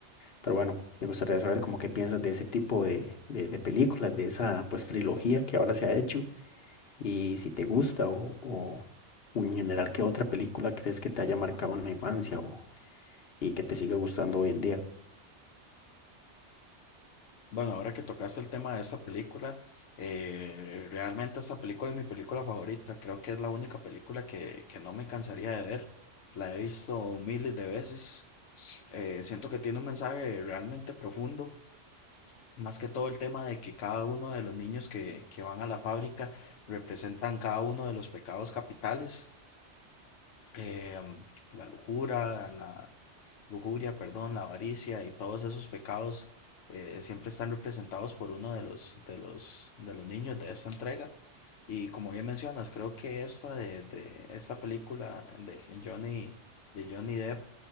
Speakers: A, on the left; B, on the left.
A: pero bueno, me gustaría saber como qué piensas de ese tipo de, de, de películas, de esa pues trilogía que ahora se ha hecho Y si te gusta o, o, o en general, ¿qué otra película crees que te haya marcado en la infancia o, y que te siga gustando hoy en día?
B: Bueno, ahora que tocaste el tema de esta película, eh, realmente esta película es mi película favorita. Creo que es la única película que, que no me cansaría de ver. La he visto miles de veces. Eh, siento que tiene un mensaje realmente profundo. Más que todo el tema de que cada uno de los niños que, que van a la fábrica representan cada uno de los pecados capitales. em, la lujura, lujuria, perdón, la avaricia y todos esos pecados eh, siempre están representados por uno de los, de los, de los niños de esta entrega. Y como bien mencionas, creo que esta de, de esta película de Johnny, de Johnny Depp,